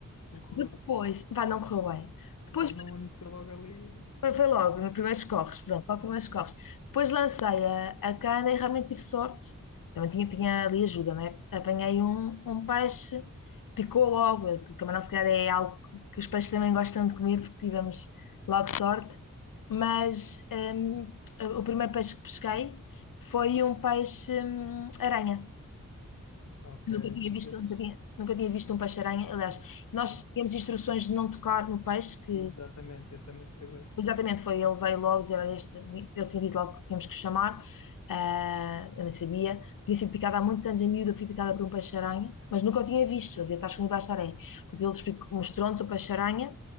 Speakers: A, on the left (about 55°); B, on the left (about 80°).
A: não correu,
B: Depois, vai, não correu bem. Depois
A: não, não iniciou logo ali.
B: foi, foi logo, no primeiro corres, pronto, logo primeiros corres. Depois lancei a, a cana e realmente tive sorte. Também tinha, tinha ali ajuda, né? Apanhei um, um peixe, picou logo, que camarão se calhar é algo que, que os peixes também gostam de comer, porque tivemos logo sorte. Mas hum, o primeiro peixe que pesquei foi um peixe hum, aranha.
A: Ok,
B: Nunca tinha visto,
A: esses,
B: nunca tinha, nunca tinha visto um peixe-aranha. Aliás, nós
A: é,
B: tínhamos instruções de não tocar no peixe, que
A: exatamente, esse é muito perigoso.
B: Exatamente, foi ele veio logo dizer, olha, este, eu tinha dito logo que tínhamos que o chamar, ah, eu nem sabia, tinha sido picada há muitos anos em miúdo, eu fui picada por um peixe-aranha, mas nunca o tinha visto, eu devia estar escondido baixo da areia, porque ele explicou- mostrou-nos o peixe-aranha,